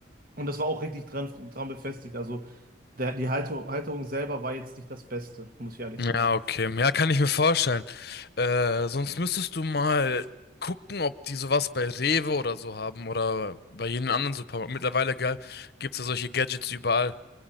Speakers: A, on the right; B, on the left.
A: und das war auch richtig dran, dran befestigt. Also der, die Halterung, Halterung selber war jetzt nicht das Beste, muss ich ehrlich
B: Ja,
A: sagen.
B: okay. Ja, kann ich mir vorstellen. Äh, sonst müsstest du mal gucken, ob die sowas bei Rewe oder so haben oder bei jedem anderen Supermarkt. Mittlerweile ge- gibt's ja solche Gadgets überall.